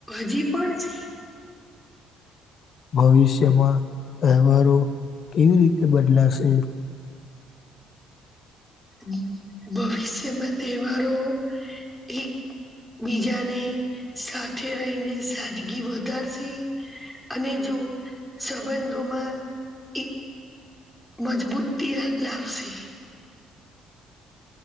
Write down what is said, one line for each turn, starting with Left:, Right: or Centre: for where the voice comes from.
Centre: હજી પણ છે.
Left: ભવિષ્યમાં તહેવારો કેવી રીતે બદલાશે?
Centre: ભ ભવિષ્યમાં તહેવારો એક બીજાને સાથે રહીને સાદગી વધારશે. અને જો સંબંધોમાં એક મજબૂતી લ લાવશે.